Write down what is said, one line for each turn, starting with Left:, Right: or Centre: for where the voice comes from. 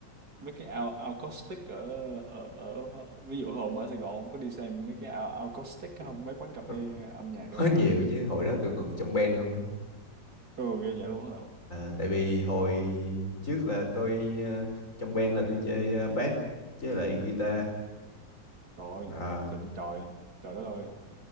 Right: mấy cái ao acoustic ở, ở ở ví dụ hôm ở Sài Gòn ông có đi xem mấy cái ao acoustic không? Mấy quán cà phê
Left: Có
Right: âm nhạc
Left: Có
Right: á.
Left: nhiều chứ, hồi đó tôi còn trong band luôn á.
Right: Ừ, ghê vậy luôn hả?
Left: Ờ, tại vì hồi trước là tôi ờ, trong band là tôi chơi ờ, bass chứ lại guitar.
Right: Trời ơi,
Left: Ờ,
Right: trời như trời, trời đất ơi,